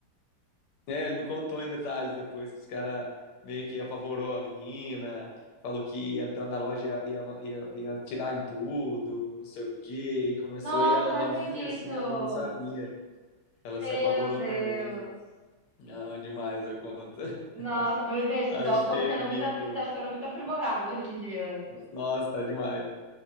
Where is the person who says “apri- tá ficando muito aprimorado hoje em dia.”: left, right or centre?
Right